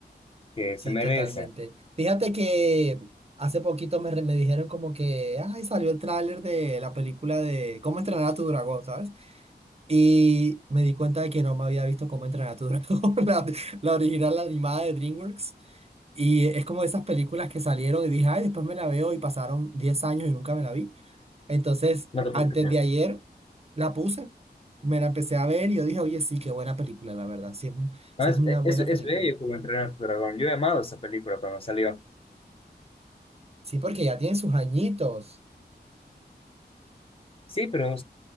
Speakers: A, on the left; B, on the right.
A: que
B: Sí,
A: se merece.
B: totalmente. Fíjate que hace poquito me, re- me dijeron como que, ay, salió el tráiler de la película de Cómo entrenar a tu dragón, ¿sabes? Y me di cuenta de que no me había visto Cómo entrenar a tu dragón, <laughs> la, la original, la animada de DreamWorks. Y es como esas películas que salieron y dije, ay, después me la veo y pasaron 10 años y nunca me la vi. Entonces,
A: No te puedo
B: antes
A: creer.
B: de ayer, la puse, me la empecé a ver y yo dije, oye, sí, qué buena película, la verdad, sí, es un-
A: No,
B: sí
A: es,
B: es una buena
A: es, es
B: película.
A: bello como entrenar a tu dragón. Yo he amado esa película cuando salió.
B: Sí, porque ya tiene sus añitos.
A: Sí, pero